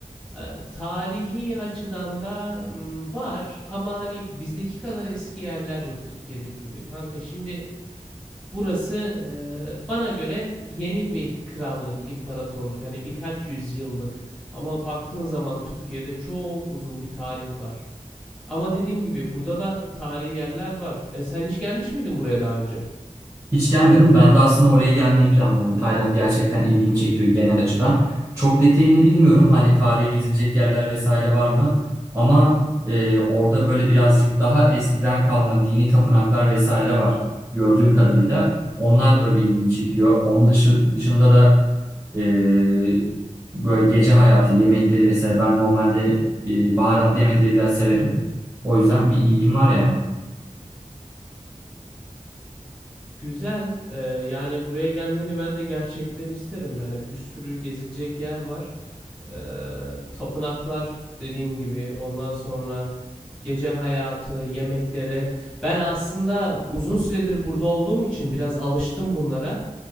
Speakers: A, in the centre; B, on the right.
A: E, Tarihi açıdan da mm, var ama hani bizdeki kadar eski yerler yok Türkiye'deki gibi. Kanka şimdi burası e, bana göre yeni bir krallık, imparatorluk. Hani birkaç yüzyıllık ama baktığın zaman Türkiye'de çok uzun bir tarih var. Ama dediğim gibi burada da tarihi yerler var. E, sen hiç gelmiş miydin buraya daha önce?
B: Hiç gelmedim. Ben de aslında oraya gelmeyi planlıyorum. Tayland gerçekten ilgimi çekiyor genel açıdan. Çok detayını bilmiyorum. Hani tarihi gezilecek yerler vesaire var mı? Ama e, orada böyle birazcık daha eskiden kalma dini tapınaklar vesaire var. Gördüğüm kadarıyla. Onlar böyle ilgimi çekiyor. Onun dışı, dışında da e, böyle gece hayatı, yemekleri vesaire. Ben normalde e, baharatlı yemekleri biraz severim. O yüzden bir ilgim var yani.
A: Güzel. E, yani buraya gelmeni ben de gerçekten isterim. Yani bir sürü gezilecek yer var. E, tapınaklar dediğin gibi. Ondan sonra gece hayatı, yemekleri. Ben aslında uzun süredir burada olduğum için biraz alıştım bunlara.